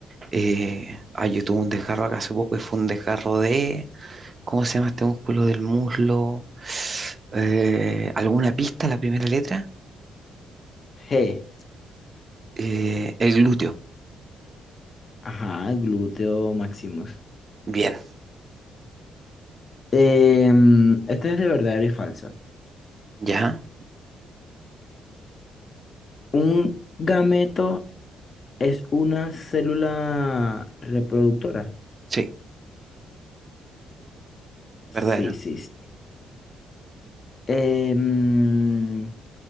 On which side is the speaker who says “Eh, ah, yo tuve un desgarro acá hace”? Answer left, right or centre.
Right